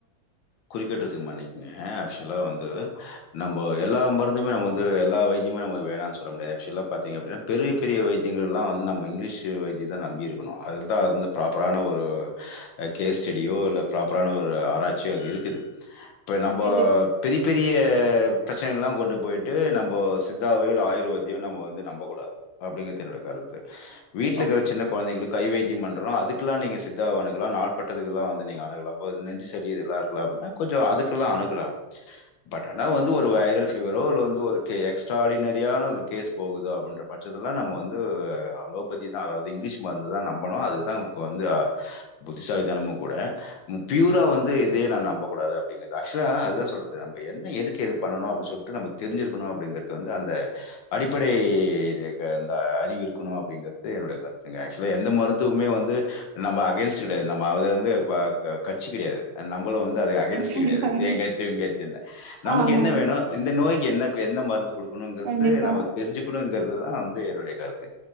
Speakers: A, on the left (about 75°); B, on the right (about 85°).
A: குறிகட்டுறதுக்கு மன்னிக்குங்க ஆக்சுவலா வந்து நம்ப எல்லா மருந்துமே நம்ம வந்து எல்லா வைத்தியமூ நம்ம வேணானு சொல்ல முடியாது ஆக்சுவலா பாத்தீங்க அப்டின்னா பெரிய பெரிய வைத்தியங்கள்லா வந்து நம்ம இங்க்லீஷ் வைத்திய தா நம்பி இருக்கணூ அதது தா அது வந்து ப்ராப்பரான ஒரு கேஸ்டடியோ இல்ல ப்ராப்பரான ஒரு ஆராய்ச்சியோ அது இருக்குது இப்போ நம்போ
B: கண்டிப்
A: பெரி பெரிய ப்ரச்னைகள்லா கொண்டு போய்ட்டு நம்போ சித்தாவையோ இல்ல ஆயுர்வேத்தியோ நம்ம வந்து நம்பக்கூடாது அப்டிங்கறது என்னோட கருத்து வீட்லக்குற
B: ஓகே.
A: சின்ன கொழந்தைங்களுக் கைவேதிய பண்றோ அதுக்லா நீங்க சித்தாவ அணுகலா நாள் பட்டதுக்கெல்லா வந்து நீங்க அணுகலா இப்போ நெஞ்சு சளி இதெல்லா இருக்குல்ல அப்ட்னா கொஞ்சொ அதுக்கெல்லா அணுகலா பட் ஆனா வந்து ஒரு வைரல் ஃபீவரோ இல்ல வந்து ஒரு கே எக்ஸ்ட்ராடினரியான ஒரு கேஸ் போகுதோ அப்டின்ற பட்சத்துலதா நம்ம வந்து அலோபதிதா அதாவ்து இங்க்லீஷ் மருந்து தா நம்பணூ அதுதா நமக்கு வந்து அ புத் திசாலி தனமு கூட பியூரா வந்து இதையே நா நம்பக்கூடாது அப்படிங்கறதா ஆக்சுலா அதுதா சொல்றது நம்ப என்ன எதுக்கு இது பண்ணனு அப்டி சொல்ட்டு நமக்கு தெரிஞ்சிருக்கணூ அப்டிங்கறது வந்து அந்த அடிப்படை க இந்த அறிவு இருக்கணு அப்டிங்கறது என்னோட கருத்துங்க ஆக்சுலா எந்த மருத்துவமே வந்து நம்ப அகைன்ஸ்ட் கெடையாது நம்ம அது வந்து ப க கட்சி கெடையாது நம் மளூ வந்து அதுக் அகைன்ஸ்ட்
B: கண்டிப்பா,
A: கெடையாது
B: கண்டிப்பா.
A: ஏங்கட்சி ஏங்கட்சினு நமக்கு
B: ஆமாமா.
A: என்ன வேணு இந்த நோய்க்கு என்ன கு என்ன மருந்து குக்கணுங்கறது
B: கண்டிப்பா.
A: நம்ம தெரிஞ்சுக்கணுங்கற் துதா வந்து என்னுடைய கருத்